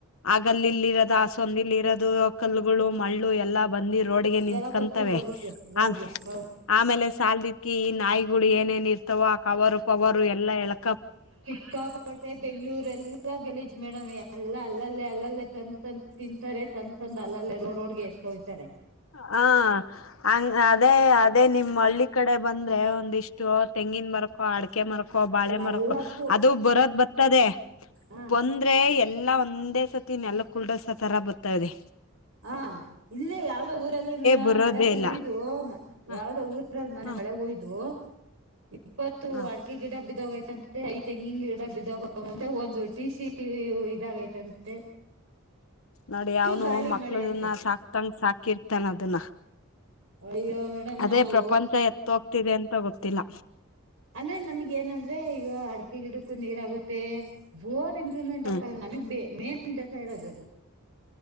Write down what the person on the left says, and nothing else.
ಆಗಲ್ಲಿ ಇಲ್ಲಿ ಇರೋದು ಆಸಂದಿಲ್ಲಿ ಇರೋದು ಕಲ್ಲಗಳು ಮಳ್ಳು ಎಲ್ಲ ಬ ಬಂದಿ ರೋಡ್ಗೆ ನಿತ್ಕಂತವೆ
ಆ
ಆಮೇಲೆ ಸಲ್ದಿಕೆ ಈ ನಾಯಿಗುಳ್ ಏನೇನ್ ಇರ್ತವೋ ಕವರು ಪವರು ಎಲ್ಲಾ ಏಳ್
ಹ ಹಂಗ್ ಅದೇ ಅದೇ ನಿಮ್ಮ್ ಹಳ್ಳಿ. ಕಡೆ ಬಂದ್ರೆ ಒಂದಿಷ್ಟು. ತೆಂಗಿನ್ ಮರಕೊ ಅಡ್ ಕ್ಕೆ ಮರಕೊ ಬಾಳೆ ಮರಕೊ
ಅದು ಬರೋದ್ ಬತ್ತದೆ
ಬಂದ್ರೆ ಏ ಎಲ್ಲಾ ಒಂದೇ ಸತಿ ನೆಲ್ಲಕ್ ಗುಲ್ಡೊಸತರ ಬತ್ತಾದೆ.
ಬರೋದೇ
ಇಲ್ಲ
ಹ
ಹ
ಹ
ನೋಡಿ
ಅವ್ನು
ಮ
ಕ್ಳುನ್ನ
ಸಾಕ್ ತಂಗ್ ಸಾಕಿರ್ತಾನ ಅದನ್ನ
ಅದೇ
ಪ್ರಪಂಚ ಎತ್ತ ಹೋಗ್ತಿದೆ ಅನ್ ತ ಗೊತ್ತಿಲ್ಲ.
ಹ್ಮ್